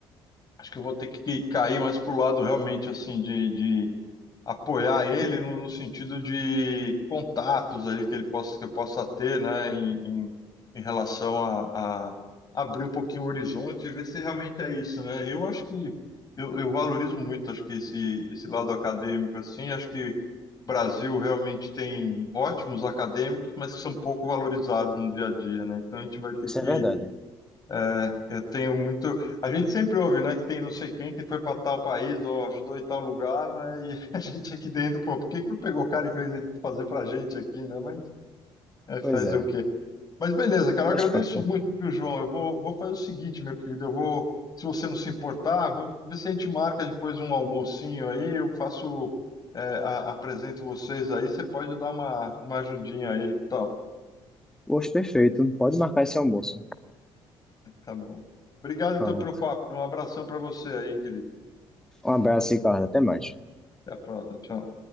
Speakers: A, on the left; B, in the centre.
A: acho que eu vou ter que cair mais pro lado realmente, assim, de, de apoiar ele no, no sentido de contatos ali que ele possa, que eu possa ter, né, em, em, em relação a, a abrir um pouquinho o horizonte e ver se realmente é isso, né? Eu acho que eu, eu valorizo muito, acho que esse, esse lado acadêmico, assim, acho que o Brasil realmente tem ótimos acadêmicos, mas que são pouco valorizados no dia a dia, né? Então a gente vai ter
B: Isso
A: que
B: é verdade.
A: É, eu tenho muito. A gente sempre ouve, né, que tem não sei quem que foi para tal país ou ajudou em tal lugar, né? E <laughs> a gente aqui dentro, pô, por que que não pegou o cara e fez ele fazer para gente aqui, né? Mas é, fazer
B: Pois é.
A: o quê? Mas beleza, cara, eu
B: Faz
A: agradeço
B: parte.
A: muito, viu, João? Eu vou, vou fazer o seguinte, meu querido, eu vou, se você não se importar, vou ver se a gente marca depois um almocinho aí, eu faço, é, a- apresento vocês aí, você pode dar uma, uma ajudinha a ele, que tal?
B: Hoje perfeito. Pode marcar esse almoço.
A: Tá bom. Obrigado, então,
B: Pronto.
A: pelo papo. Um abração para você aí, hein, querido.
B: Um abraço, Ricardo. Até mais.
A: Até a próxima. Tchau.